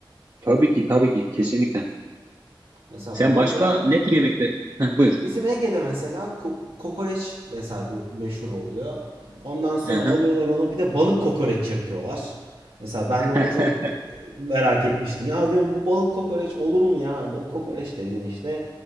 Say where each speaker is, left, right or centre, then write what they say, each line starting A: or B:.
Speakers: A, on the right; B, on the right.
A: Tabii ki, tabii ki, kesinlikle.
B: Mesela
A: Sen
B: burada
A: başka
B: da
A: ne tür yemekler? Heh, buyur.
B: Bizim Ege'de mesela kokoreç mesela bir meşhur oluyor. Ondan sonra
A: Hı hı.
B: alıyorlar onu bir de balık kokoreç yapıyorlar. Mesela ben
A: <laughs>
B: de onu çok e, merak etmiştim. Ya diyorum bu balık kokoreç olur mu ya? Balık kokoreç dediğin işte